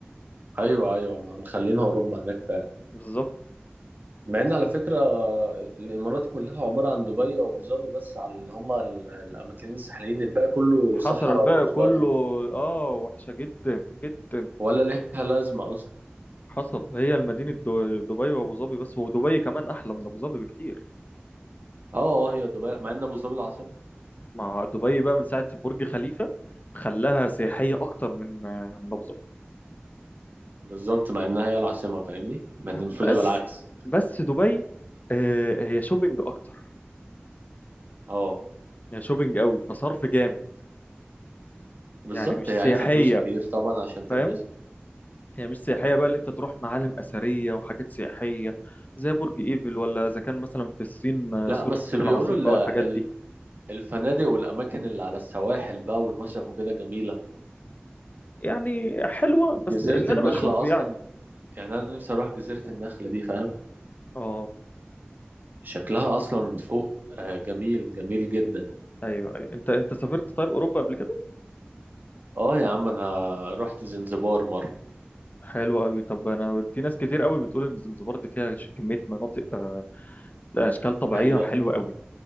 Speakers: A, on the right; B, on the left.
A: ايوه ايوه هم مخلينها اوروبا هناك فعلا
B: بالظبط
A: مع ان على فكره الامارات كلها عباره عن دبي وابو ظبي بس على اللي هما ال- الاماكنين الساحليين الباقي كله
B: حصل
A: صحراء
B: الباقي
A: وبدو
B: كله اه وحشه جدا جدا
A: ولا ليها لازمه اصلا
B: حصل هي المدينه دو- دبي وابو ظبي بس ودبي كمان احلى من ابو ظبي بكتير
A: اه اه هي دبي مع ان ابو ظبي العاصمه
B: مع دبي بقى من ساعه برج خليفه خلاها سياحيه
A: مم.
B: اكتر من آه، من ابو ظبي
A: بالظبط مع انها هي العاصمه فاهمني مع ان المفروض
B: بس
A: يبقى العكس
B: بس دبي آه، هي شوبينج اكتر
A: اه
B: هي شوبينج قوي فصرف جامد
A: بالظبط
B: يعني مش
A: هي
B: سياحيه
A: عايزه فلوس كتير طبعا عشان تتبسط
B: فاهم هي مش سياحية بقى اللي انت تروح معالم أثرية وحاجات سياحية زي برج ايفل ولا إذا كان مثلا في الصين آه،
A: لا
B: سور
A: بس
B: الصين
A: بيقولوا
B: العظيم
A: ال-
B: بقى
A: ال-
B: والحاجات دي
A: الفنادق والاماكن اللي على السواحل بقى والمصيف وكده جميله
B: يعني حلوة
A: جزيره
B: بس اللي
A: النخله
B: أنا بشوفه
A: اصلا
B: يعني
A: يعني انا نفسي اروح جزيره النخله دي فاهم
B: اه
A: شكلها اصلا فوق آه، جميل جميل جدا
B: ايوه ايوه انت انت سافرت طيب اوروبا قبل كده
A: اه يا عم انا رحت زنزبار مره
B: حلو قوي طب انا في ناس كتير قوي بتقول ان زنزبار دي فيها ش- كميه مناطق آه، اشكال طبيعيه
A: هي
B: حلوه قوي